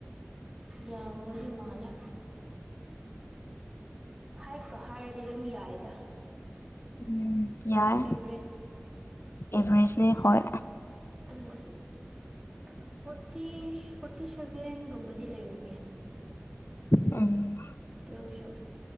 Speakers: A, on the right; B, on the left.
A: ꯌꯥꯝꯕ ꯍꯃꯥꯂ ꯍꯥꯏꯀꯣ ꯍꯥꯏꯔꯗꯤ ꯑꯗꯨꯝ ꯌꯥꯏꯗ
B: ꯎꯝ ꯌꯥꯏ
A: ꯑꯦꯚꯔꯦꯁ
B: ꯑꯦꯚꯔꯦꯖꯅꯦ
A: ꯍꯥꯏꯗꯤ
B: ꯍꯣꯏ
A: ꯎꯝ ꯐꯣꯔꯇꯤ ꯐꯣꯔꯇꯤ ꯁꯦꯚꯦꯟꯒꯨꯝꯕꯗꯤ ꯂꯩꯅꯤꯡꯉꯦ
B: ꯎꯝ
A: ꯇꯁ